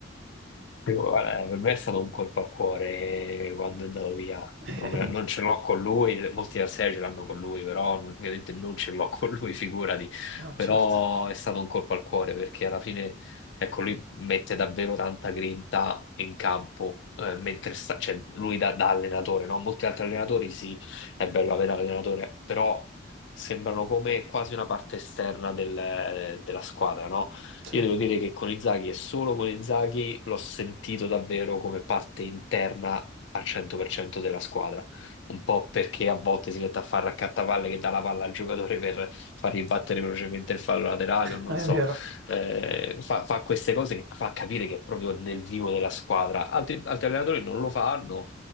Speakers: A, on the left; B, on the right.
A: Sì, guarda, per me è stato un colpo al cuore quando è andato via.
B: <laughs>
A: Non, me- non ce l'ho con lui, molti avversari ce l'hanno con lui, però non- ovviamente non ce l'ho con lui, <laughs> figurati.
B: Eh, no,
A: Però
B: certo.
A: è stato un colpo al cuore perché alla fine, ecco, lui mette davvero tanta grinta in campo, eh, mentre sta, cioè, lui da, da allenatore, no? Molti altri allenatori, sì, è bello avere l'allenatore, però sembrano come quasi una parte esterna del- della squadra, no?
B: Sì,
A: Io
B: eh,
A: devo dire che con Inzaghi e solo con Inzaghi l'ho sentito davvero come parte interna al 100% della squadra. Un po' perché a volte si mette a fare raccattavalle che dà la palla al giocatore per fargli battere velocemente il fallo laterale o non
B: è
A: so.
B: vero,
A: Eh, fa, fa queste cose che fa capire che è proprio nel vivo della squadra. Altri, altri allenatori non lo fanno,